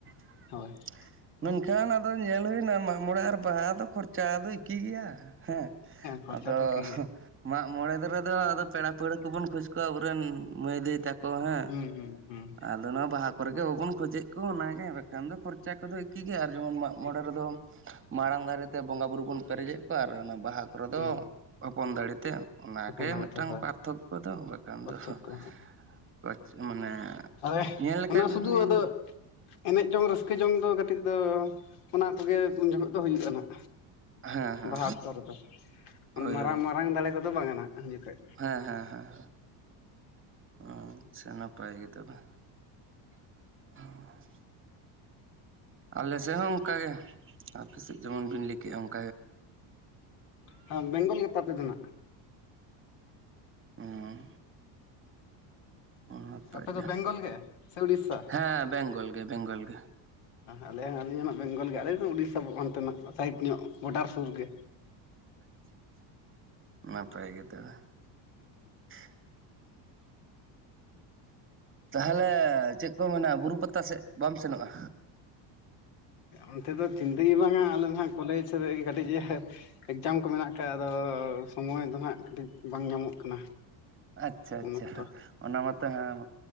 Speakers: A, on the right; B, on the left.
A: <unintelligible>
B: ᱦᱳᱭ
A: ᱢᱮᱱᱠᱷᱟᱱ ᱟᱫᱚ ᱧᱮᱞ ᱦᱩᱭᱱᱟ ᱢᱟᱜ ᱢᱚᱬᱮ ᱟᱨ ᱵᱟᱦᱟ ᱫᱚ ᱠᱷᱚᱨᱪᱟ ᱫᱚ ᱮᱤᱠᱤ ᱜᱮᱭᱟ ᱦᱮᱸ
B: ᱠᱷᱚᱨᱪᱟ
A: ᱟᱫᱚ
B: ᱫᱚ ᱮᱠᱤ ᱜᱮᱭᱟ
A: ᱢᱟᱜᱢᱚᱬᱮ ᱫᱤᱱᱨᱫᱚ ᱟᱫᱚ ᱯᱮᱲᱟ ᱯᱟᱹᱲᱦᱟᱹ ᱵᱚᱱ ᱠᱷᱚᱡ ᱠᱚᱣᱟ ᱟᱵᱚᱨᱮᱱ ᱢᱟᱹᱭ ᱫᱟᱹᱭ ᱛᱟᱠᱚ ᱦᱮᱸ
B: ᱦᱩᱸ ᱦᱩᱸ ᱦᱩᱸ
A: ᱟᱫᱚ ᱱᱟᱜ ᱜᱮ ᱵᱟᱵᱚᱱ ᱠᱷᱚᱡᱮᱫ ᱠᱚ ᱚᱱᱟᱜᱮ ᱵᱟᱠᱷᱟᱱ ᱫᱚ ᱠᱷᱚᱨᱪᱟ ᱠᱚᱫᱚ ᱮᱤᱠᱤ ᱜᱮᱭᱟ ᱟᱨ ᱡᱮᱢᱚᱱ ᱢᱟᱜ ᱢᱚᱬᱮ
B: ᱮᱠᱤ
A: ᱨᱮᱫᱚ
B: ᱜᱮᱭᱟ
A: ᱢᱟᱲᱟᱝ ᱫᱟᱸᱬᱮᱛᱮ ᱵᱚᱸᱜᱟ ᱵᱳᱨᱳ ᱵᱚᱱ ᱯᱮᱨᱮᱡᱮᱫ ᱠᱚᱣᱟ ᱟᱨ ᱚᱱᱟ ᱵᱟᱦᱟ ᱠᱚᱨᱮ ᱫᱚ
B: ᱦᱩᱸ
A: ᱦᱚᱯᱚᱱ ᱫᱟᱸᱬᱮᱛᱮ ᱚᱱᱟᱜᱮ
B: ᱦᱚᱯᱚᱱ ᱫᱟᱲᱮ
A: ᱢᱤᱫᱴᱟᱱ
B: ᱛᱚ ᱦᱳᱭ
A: ᱯᱟᱨᱛᱷᱚᱠᱠᱚᱫᱚ ᱵᱟᱠᱷᱟᱱ
B: ᱯᱟᱨᱛᱷᱚᱠᱠᱚ
A: ᱫᱚ <unintelligible> ᱢᱟᱱᱮ
B: ᱟᱫᱚ
A: ᱧᱮᱞ ᱞᱮᱠᱷᱟᱡ
B: ᱚᱱᱟ
A: ᱵᱤᱱ
B: ᱥᱩᱫᱷᱩ ᱟᱫᱚ ᱮᱱᱮᱡ ᱡᱚᱝ ᱨᱟᱹᱥᱠᱟᱹ ᱡᱚᱝ ᱫᱚ ᱠᱟᱹᱴᱤᱡ ᱫᱚ ᱚᱱᱟ ᱠᱚᱜᱮ ᱩᱱ ᱡᱚᱠᱷᱚᱱ ᱫᱚ ᱦᱩᱭᱩᱜᱼᱟ ᱱᱟᱜ
A: ᱦᱮᱸ ᱦᱮᱸ
B: ᱵᱟᱦᱟ ᱚᱠᱛᱚ ᱨᱮᱫᱚ
A: ᱦᱳᱭ
B: ᱢᱟᱨᱟᱝ
A: ᱦᱳᱭ
B: ᱢᱟᱨᱟᱝ ᱫᱟᱲᱮ ᱠᱚᱫᱚ ᱵᱟᱝᱟ ᱱᱟᱜ ᱩᱱ ᱡᱚᱠᱷᱮᱡ
A: ᱦᱮᱸ ᱦᱮᱸ ᱦᱮᱸ ᱟᱪᱪᱷᱟ ᱱᱟᱯᱟᱭ ᱜᱮ ᱛᱚᱵᱮ <inaudible> ᱟᱞᱮ ᱥᱮᱫ ᱦᱚᱸ ᱚᱱᱠᱟᱜᱮ ᱟᱯᱮ ᱥᱮᱫ ᱡᱮᱢᱚᱱ ᱵᱤᱱ ᱞᱟᱹᱭ ᱠᱮᱫᱮᱜᱼᱟ ᱚᱱᱠᱟ <inaudible>
B: ᱦᱩᱸ ᱵᱮᱝᱜᱚᱞ ᱜᱮ ᱛᱟᱯᱮ ᱫᱚᱱᱟᱜ
A: ᱦᱮᱸ ᱦᱚᱸ ᱱᱟᱯᱟᱭ
B: ᱟᱯᱮ ᱫᱚ
A: ᱜᱮ
B: ᱵᱮᱝᱜᱚᱞ ᱜᱮ ᱥᱮ ᱩᱲᱤᱥᱥᱟ
A: ᱦᱮᱸ ᱵᱮᱝᱜᱚᱞ ᱜᱮ ᱵᱮᱝᱜᱚᱞ ᱜᱮ
B: ᱟᱞᱮ ᱦᱚᱸ ᱟᱹᱞᱤᱧ ᱦᱚᱸ ᱱᱟᱜ ᱵᱮᱝᱜᱚᱞ ᱜᱮ ᱟᱞᱤᱧ ᱩᱲᱤᱥᱥᱟ ᱚᱱᱛᱮ ᱱᱟᱜ ᱥᱟᱭᱤᱰ ᱧᱚᱜ ᱵᱚᱰᱟᱨ ᱥᱩᱨ ᱜᱮ
A: ᱦᱚᱸ ᱱᱟᱯᱟᱭ ᱜᱮ ᱛᱚᱵᱮ
B: ᱦᱩᱸ
A: ᱦᱩᱸ ᱛᱟᱦᱚᱞᱮ ᱪᱮᱫ ᱠᱚ ᱢᱮᱱᱟ ᱵᱩᱨᱩ ᱯᱟᱛᱟ ᱥᱮᱫ ᱵᱟᱢ ᱥᱮᱱᱚᱜᱼᱟ
B: ᱚᱱᱛᱮ ᱫᱚ ᱪᱤᱱᱛᱟᱹᱜ ᱜᱮ ᱵᱟᱝᱟ ᱟᱞᱮ ᱫᱚ ᱱᱟᱦᱟᱜ ᱠᱚᱞᱮᱡᱽ ᱨᱮᱜ ᱠᱟᱹᱴᱤᱡ ᱮᱠᱡᱟᱢ ᱠᱚ ᱢᱮᱱᱟᱜ ᱟᱠᱟᱫ ᱟᱫᱚ ᱥᱚᱢᱚᱭ ᱫᱚ ᱱᱦᱟᱜ ᱠᱟᱹᱴᱤᱡ ᱵᱟᱝ ᱧᱟᱢᱚᱜ ᱠᱟᱱᱟ
A: ᱟᱪᱪᱷᱟ
B: ᱩᱱ
A: ᱟᱪᱪᱷᱟ
B: ᱚᱠᱛᱚ
A: ᱚᱱᱟ ᱢᱟᱛᱚ ᱦᱮᱸ